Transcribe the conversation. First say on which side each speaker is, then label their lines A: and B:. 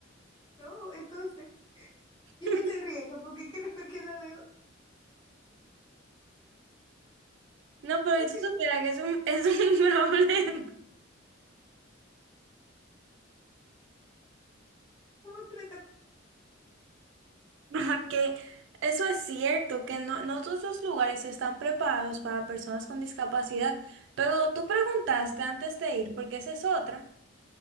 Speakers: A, on the left (about 20°); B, on the right (about 65°).
A: no, entonces, yo
B: <laughs>
A: me estoy riendo porque <laughs> es que no me queda de otra,
B: No, pero
A: porque
B: si tú
A: ¿cómo,
B: supieras que es un, es un <laughs> problema.
A: cómo tú le estás...
B: <laughs> Ajá, Que eso es cierto, que no, no todos los lugares están preparados para personas con discapacidad, pero tú preguntaste antes de ir, porque esa es otra.